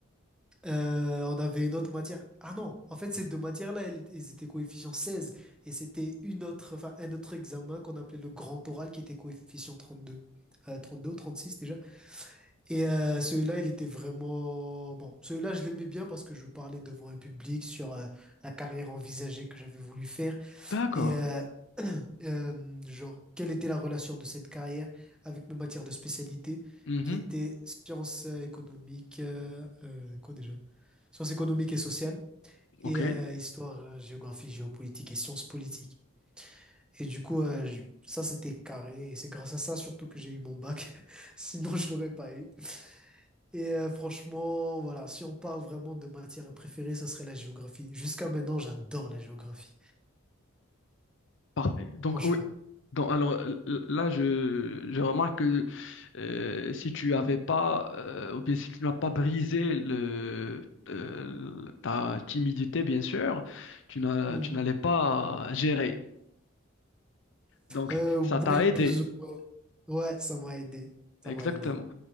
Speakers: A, in the centre; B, on the left.
A: Euh, on avait une autre matière. Ah non, en fait, ces deux matières-là, elles, elles étaient coefficient seize, Et c'était une autre, enfin, un autre examen qu'on appelait le grand oral qui était coefficient trente-deux, Euh, deux ou 36 déjà. Et euh, celui-là, il était vraiment... Bon, celui-là, je l'aimais bien parce que je parlais devant un public sur euh, la carrière envisagée que j'avais voulu faire.
B: D'accord.
A: Et euh, <clears throat> euh, genre, quelle était la relation de cette carrière avec mes matières de spécialité
B: Mhm.
A: qui étaient sciences euh, économiques... euh, euh, quoi déjà? sciences économiques et sociales,
B: Ok.
A: et euh, histoire, euh, géographie, géopolitique et sciences politiques. Et du coup, euh, je- ça, c'était carré. Et c'est grâce à ça surtout que j'ai eu mon bac. <laughs> Sinon, je l'aurais pas eu. Et euh, franchement, voilà, si on parle vraiment de matière préférée, ça serait la géographie. Jusqu'à maintenant, j'adore la géographie,
B: Parfait. Donc,
A: franchement.
B: oui. Donc, alors l- là, je, je remarque que euh, si tu avais pas, euh, ou bien si tu n'as pas brisé le, euh, ta timidité, bien sûr, tu n'as,
A: Mhm.
B: tu n'allais pas gérer. Donc,
A: Euh, ouais,
B: ça t'a aidé.
A: plus ou moins. Ouais, ça m'a aidé. Ça
B: Exactement.
A: m'a aidé.